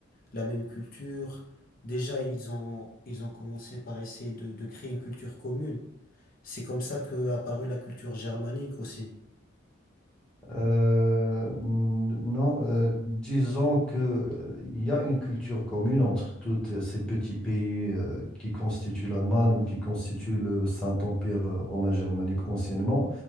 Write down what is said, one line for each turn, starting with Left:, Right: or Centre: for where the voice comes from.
Left: la même culture. Déjà, ils ont, ils ont commencé par essayer de, de créer une culture commune. C'est comme ça qu'est apparue la culture germanique aussi.
Centre: Euh, non, euh, disons que euh, il y a une culture commune entre tous ces petits pays euh, qui constituent l'Allemagne ou qui constituent le Saint-Empire euh, romain germanique anciennement,